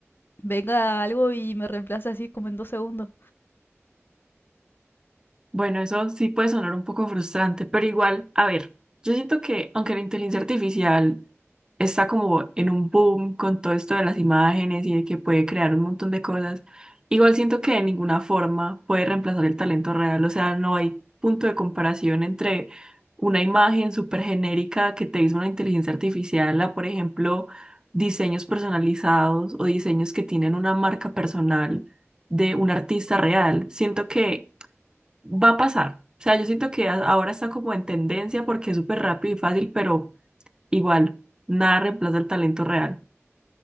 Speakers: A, on the left (about 45°); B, on the right (about 15°).
A: venga algo y me reemplace así como en dos segundos.
B: Bueno, eso sí puede sonar un poco frustrante, pero igual, a ver, yo siento que aunque la inteligencia artificial está como en un boom con todo esto de las imágenes y de que puede crear un montón de cosas, igual siento que de ninguna forma puede reemplazar el talento real, o sea, no hay punto de comparación entre una imagen súper genérica que te hizo una inteligencia artificial a, por ejemplo, diseños personalizados o diseños que tienen una marca personal de un artista real. Siento que va a pasar. O sea, yo siento que a- ahora está como en tendencia porque es súper rápido y fácil, pero igual, nada reemplaza el talento real.